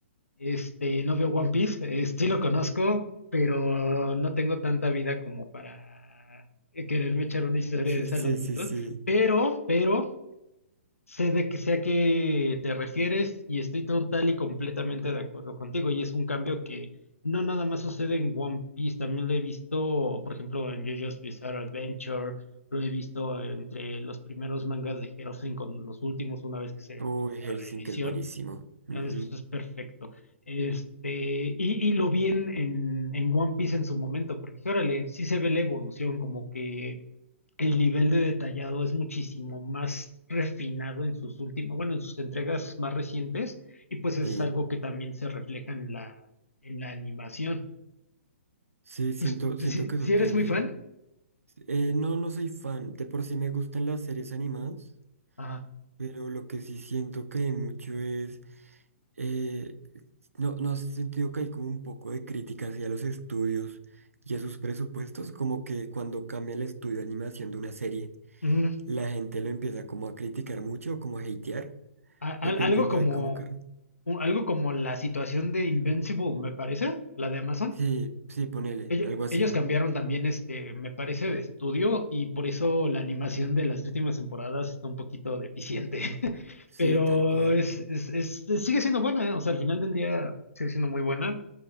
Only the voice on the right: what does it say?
Sí,
sí,
sí, sí.
Uy,
Helsinki
es buenísimo. Ujú,
Sí,
sí, siento,
siento
que eso
tiene.
Eh, no, no soy fan. De por sí me gustan las series animadas,
pero lo que sí siento que hay mucho es eh, no, no has sentido que hay como un poco de crítica hacia los estudios y a sus presupuestos, como que cuando cambia el estudio de animación de una serie,
la gente lo empieza como a criticar mucho o como a hatear,
dependiendo
de cómo car-
Sí, sí, ponele,
algo así.
Sí,
tal cual.